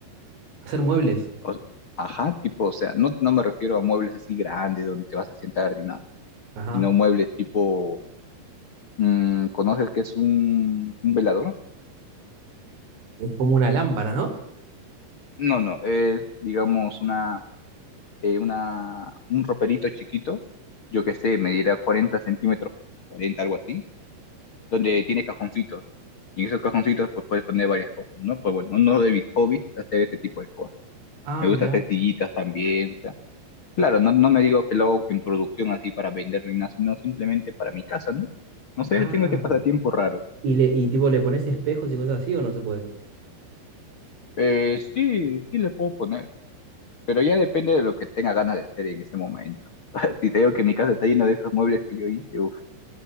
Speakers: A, on the right; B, on the left.
A: Hacer muebles.
B: O s- ajá, tipo, o sea, no, no me refiero a muebles así grandes donde te vas a sentar ni nada,
A: Ajá.
B: sino muebles tipo, mm, ¿conoces qué es un, un velador?
A: Es como una lámpara, ¿no?
B: No, no, es, digamos, una, eh, una, un roperito chiquito, yo qué sé, medirá 40 centímetros por 40, algo así, donde tiene cajoncitos. Y en esos cajoncitos pues puedes poner varias cosas, ¿no? Pues bueno, uno de mis hobbies es hacer este tipo de cosas.
A: Ah,
B: Me gusta
A: mirá.
B: hacer sillitas también, Claro, no, no me digo que lo hago en producción así para vender ni nada, sino simplemente para mi casa, ¿no? No sé,
A: Ah.
B: tengo este pasatiempo raro.
A: Y le, y tipo, ¿le pones espejos y cosas así o no se puede?
B: Eh, sí, sí le puedo poner, pero ya depende de lo que tenga ganas de hacer en ese momento. <laughs> Si te digo que mi casa está llena de esos muebles que yo hice, uff.